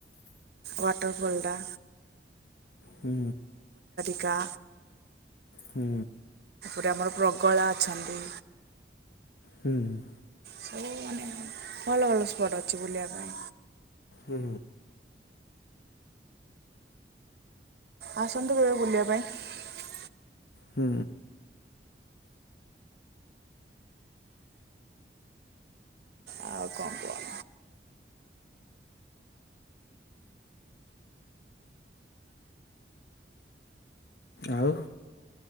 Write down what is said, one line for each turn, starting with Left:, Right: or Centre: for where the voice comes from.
Right: ୱାଟର ଫଲଟା।
Left: ହୁଁ।
Right: କା <unintelligible>
Left: ହୁଁ।
Right: ଗୋଟେ ଆମର ପ୍ରଗଳା ଅଛନ୍ତି।
Left: ହୁଁ ହୁଁ।
Right: ସବୁ ମାନେ ଭଲ ଭଲ ସ୍ପଟ ଅଛି ବୁଲିବା ପାଇଁ।
Left: ହୁଁ।
Right: ଆସନ୍ତୁ କେବେ ବୁଲିବା ପାଇଁ।
Left: ହୁଁ।
Right: ଆଉ କଣ କୁହ?
Left: ଆଉ?